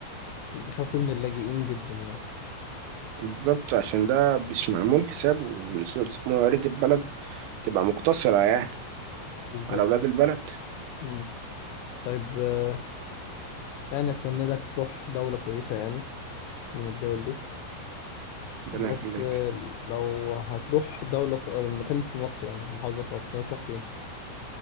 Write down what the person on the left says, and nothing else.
بيخافوا من اللاجئين جدا يعني
بالظبط
مم. طيب آه، يعني أتمنى لك تروح دولة كويسة يعني من الدول دي
بس
آه، لو هتروح دولة في آه، مكان في مصر يعني محافظة في مصر تروح فين؟